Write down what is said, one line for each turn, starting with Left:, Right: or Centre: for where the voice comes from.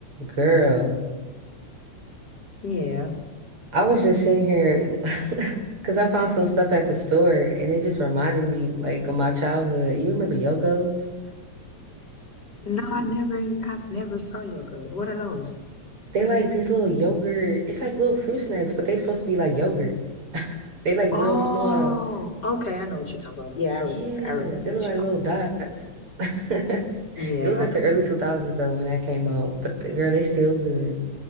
Right: Girl,
Left: Yeah.
Right: I was just sitting here <laughs> because I found some stuff at the store and it just reminded me like of my childhood. You remember Yogos?
Left: No, I never, I've never saw Yokos. What are those?
Right: They like these little yogurt, it's like little fruit snacks, but they supposed to be like yogurt. <laughs> They like
Left: Oh,
Right: real small.
Left: okay. I know what you're talking about. Yeah, I remember.
Right: Yeah,
Left: I remember
Right: they
Left: what
Right: look like
Left: you're talking
Right: little dots. <laughs>
Left: about. Yeah,
Right: It was like the early 2000s though when that came out, but the, girl, they still good.